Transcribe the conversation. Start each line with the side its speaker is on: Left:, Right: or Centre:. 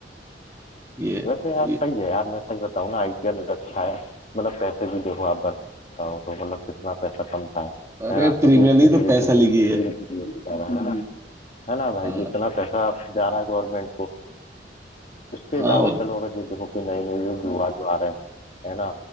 Right: ये,
Left: वैसे यार
Right: ये
Left: सही है यार मैं सही बताऊं ना आईपीएल अच्छा है मतलब पैसे भी देखो आप बताओ तो मतलब कितना पैसा कमता है
Right: अरे
Left: है ना तो
Right: प्रीमियर
Left: देश
Right: नहीं
Left: की
Right: तो
Left: जीडीपी
Right: पैसा लीगी है
Left: जीडीपी जा रहा है है ना हम्म। है ना भाई
Right: हाँ
Left: जी इतना पैसा जा रहा है गवर्नमेंट को उसके
Right: हाँ
Left: अलावा
Right: और
Left: चलो अगर ये देखो कोई नए नए युवा जो आ रहे हैं है ना